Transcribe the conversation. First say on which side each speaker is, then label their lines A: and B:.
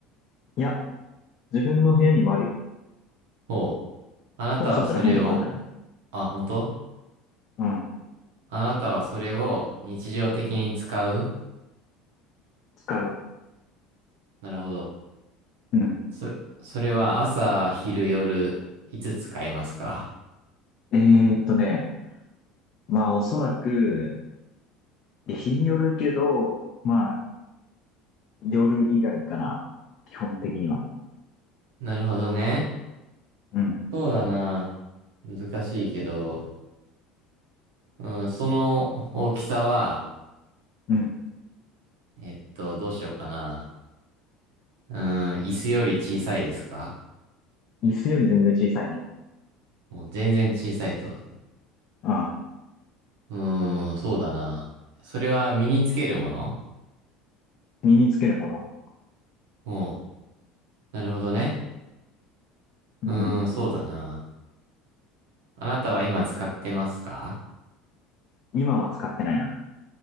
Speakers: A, on the left (about 50°); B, on the right (about 85°).
A: いや、自分の部屋にもあるよ。
B: ほう。あなたはそれを、
A: 多分そっちの部屋にもあるんじゃない
B: あ、本当
A: うん。
B: あなたはそれを日常的に使う
A: 使う。
B: なるほど。
A: うん。
B: そ、それは朝、昼、夜、いつ使いますか
A: えーっとね、まあおそらく、いや日によるけど、まあ夜以外かな。基本的には。
B: なるほどね。
A: うん。
B: そうだな。難しいけど、うん、その大きさは、
A: うん。
B: えっと、どうしようかな。うん、椅子より小さいですか
A: 椅子より全然小さいね。
B: もう全然小さいと。
A: うん。
B: うん、そうだな。それは身につけるもの
A: 身につけるもの。
B: もう、なるほどね。
A: うん。
B: うん、そうだな。あなたは今使ってますか
A: 今は使ってないな。